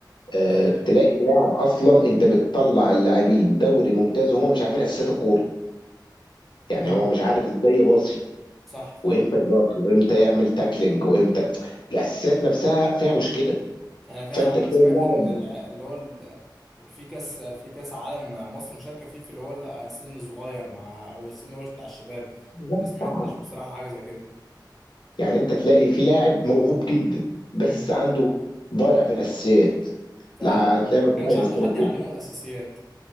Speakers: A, on the left; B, in the centre.
A: آه،
B: ازاي
A: تلاقي اللاعب اصلا انت بتطلع اللاعبين دوري ممتاز وهم مش عارفين اساسيات الكوره يعني
B: امم
A: هو مش عارف ازاي يباصي
B: صح
A: وامتى يباصي وامتى يعمل تاكلينج وامتى الاساسيات نفسها فيها مشكله
B: انا فعلا
A: فانت
B: عمري
A: تلاقي
B: سمعت
A: اللاعب
B: ان الع- اللي هو ال- في كاس في كاس عالم مصر مشاركه فيه في اللي هو السن الصغير مع او السن اللي هو بتاع الشباب
A: لا
B: ما سمعتش
A: صعب
B: بصراحه حاجه زي كده
A: يعني انت تلاقي في لاعب موهوب جدا بس
B: هم.
A: عنده ضايع في الاساسيات
B: فعلا
A: لا
B: ما عن-
A: تلاقي
B: ما
A: مش
B: كانش
A: عارف
B: عنده
A: يستلم
B: حد
A: فوق
B: يعلمه الاساسيات